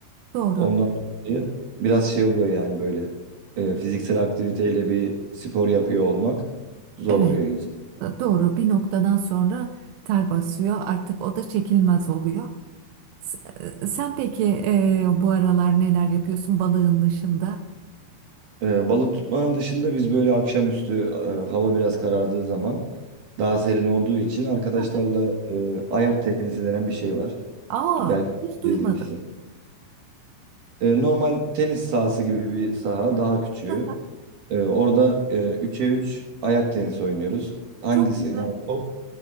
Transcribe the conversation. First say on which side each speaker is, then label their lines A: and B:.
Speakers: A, on the right; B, on the right.
A: Doğru.
B: Ondan dolayı biraz şey oluyor yani böyle e, fiziksel aktiviteyle bir spor yapıyor olmak zorluyor
A: Evet.
B: insanı.
A: Doğru. Bir noktadan sonra ter basıyor. Artık o da çekilmez oluyor. S- eee, Sen peki eee, bu aralar neler yapıyorsun balığın dışında?
B: Ee, balık tutmanın dışında biz böyle akşamüstü e, hava biraz karardığı zaman daha serin olduğu için arkadaşlarla
A: <laughs>
B: e, ayak tenisi denen bir şey var.
A: Aa,
B: Belki
A: hiç duymadım.
B: izlemişsin. E, normal tenis sahası gibi bir saha daha küçüğü.
A: <laughs> Aha,
B: E, orada e, 3'e 3 ayak tenisi oynuyoruz. Hangisi
A: Çok güzel.
B: yani top